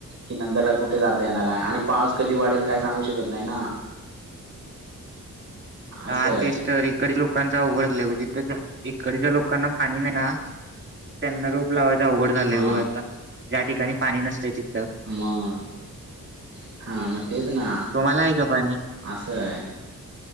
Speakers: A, on the right; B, on the right.
A: कि नंतरला कुठे जाता येणार आहे आणि पाऊस कधी वाढेल काय सांगू शकत नाही ना. असं
B: हां
A: आहे.
B: तेच तर इकडच्या लोकानचं, <unintelligible> ज्या ना पाणी नाही ना, त्यांना रोप लावायच अवघड झालंय
A: हा
B: बघ आता. ज्या ठिकाणी पाणी नसतंय तिथं.
A: मग हां मग, तेच ना.
B: तुम्हाला आहे का पाणी?
A: असा आहे.